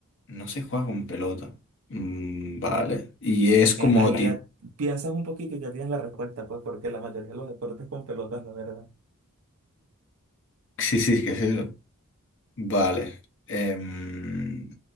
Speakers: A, on the left; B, on the right.
A: No se juega con pelota. Mm, vale. Y es como
B: Eh, Ahí
A: tipo.
B: ya piensas un poquito y ya tienes la respuesta, pues, porque la mayoría de los deportes con pelotas, la verdad.
A: Sí, sí, ¿qué es eso? Vale. Em,